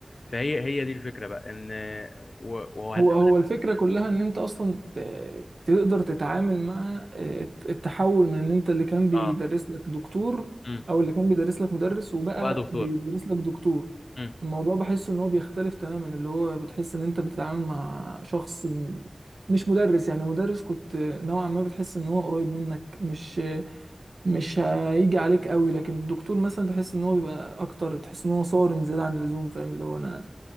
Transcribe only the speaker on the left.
فهي هي دي الفكره بقى ان و- وهتقابلك
اه
امم
وبقى دكتور
امم